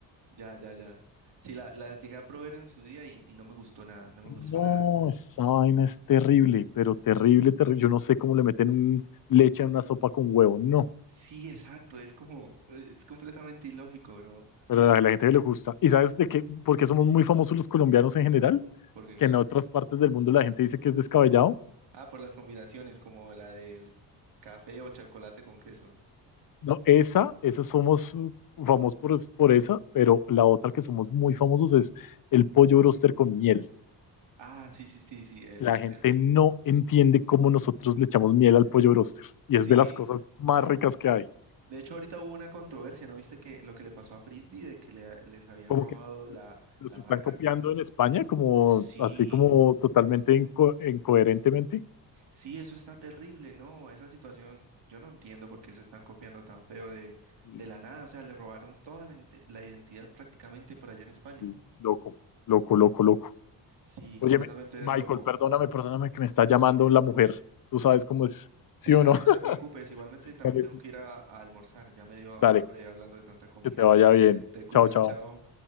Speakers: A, on the right; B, on the left.
A: ya, ya, ya. Sí, la, la llegué a probar en su día y, y no me gustó nada, no me
B: No,
A: gustó nada.
B: esa vaina es terrible, pero terrible, terrible. Yo no sé cómo le meten un- leche a una sopa con huevo. No,
A: Sí, exacto, es como, eh, es completamente ilógico, ¿no?
B: pero a la gente que le gusta. ¿Y sabes de qué? ¿Por qué somos muy famosos los colombianos en general?
A: Porque,
B: Que en otras partes del mundo la gente dice que es descabellado.
A: ah, por las combinaciones, como la del café o chocolate con queso.
B: No, esa, esa somos uh, famosos por, por esa, pero la otra que somos muy famosos es el pollo broster con miel.
A: Ah, sí, sí, sí, sí, él,
B: La gente
A: él.
B: no entiende cómo nosotros le echamos miel al pollo broster y es
A: Sí,
B: de las cosas más ricas que hay.
A: de hecho ahorita hubo una controversia, ¿no viste que lo que le pasó a Frisbee de que le- les habían
B: Como
A: robado
B: que
A: la,
B: los
A: la
B: están
A: marca?
B: copiando en España, como
A: Sí,
B: así como totalmente inco- incoherentemente.
A: sí, eso está terrible, ¿no? Esa situación, yo no entiendo por qué se están copiando tan feo de,
B: Y-
A: de la nada, o sea, le robaron toda la, inte- la identidad prácticamente por allá en España.
B: y loco, loco, loco, loco.
A: Sí,
B: Oye,
A: completamente
B: Michael,
A: loco.
B: perdóname, perdóname que me está llamando la mujer. Tú sabes cómo es, ¿sí
A: Sí,
B: o
A: dale,
B: no? <laughs>
A: no te preocupes. Igualmente también
B: Dale,
A: tengo que ir a, a almorzar. Ya me dio
B: dale.
A: hambre hablando de tanta comida.
B: Que te vaya bien.
A: <laughs> Te cuidas,
B: Chao, chao.
A: chao.